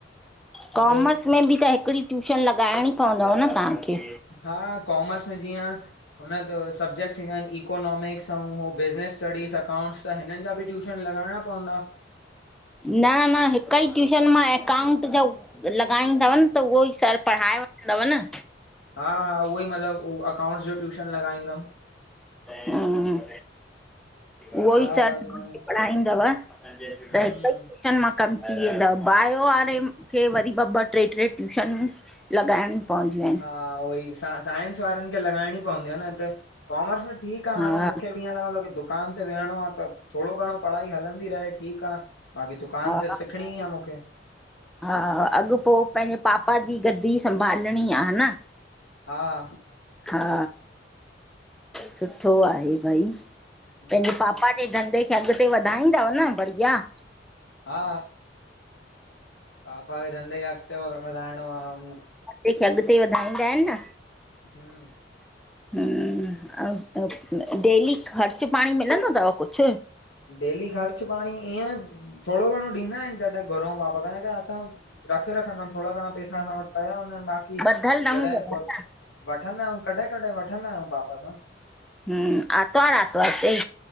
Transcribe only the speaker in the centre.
कॉमस्
उन में भी त हिकड़ी ट्यूशन लॻाणी प़वदव न तहांखे।
न-न हिक ई ट्यूशन मां एकाउंट जो लगाईंदव न त उओ ई स सर, पढ़ाए वठंदव न!
हूंम्म, उहो ई
सर
तहांखे
पढ़ाईंदव! त्
हिक़ ई ट्यूशन शन मां कम थी वेंदव, बायो वारे खे वरी ॿ-ॿ, ट्रे-ट्रे ट्यूशन लगाणयूं पवदयूं आऐन।
हा
हा
हा अॻ-पो पहिंजे पापा जी गद्दी संभालणी आ हन्!
हा! सुठो आहे भई पहिंजे
पापा
जे धंधे खे अगते वधाईंदव न बढ़ियां!
केख़े अगते वधाईंदा आऐं न
हुम् अअ् डेली ख़र्च पाणी मिलंदो तव कुछ।
ब़ध्धल न
हूंदव
हन्!
हूम आत्वार-आतवार ते!